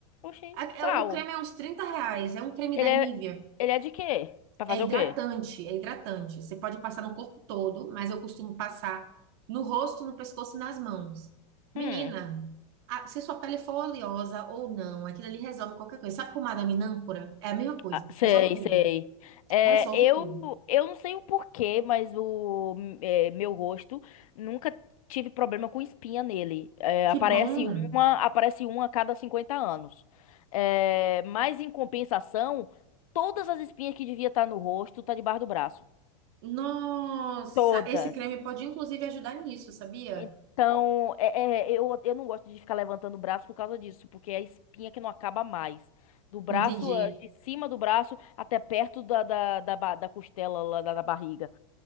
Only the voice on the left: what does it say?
Oxi,
qual?
Ele
é, ele é de quê? Pra
fazer
o quê?
Hum.
Ah, sei,
sei. É,
eu,
eu não sei o porquê, mas o é, meu rosto nunca tive problema com espinha nele. É,
aparece
uma, aparece uma a cada 50 anos. É, mas em compensação, todas as espinhas que devia estar no rosto tá debaixo do braço.
Todas.
Então, é- é, eu, eu não gosto de ficar levantando o braço por causa disso, porque é a espinha que não acaba mais. Do braço,
eh, de cima do braço até perto da, da, da, ba- da costela lá da, da barriga.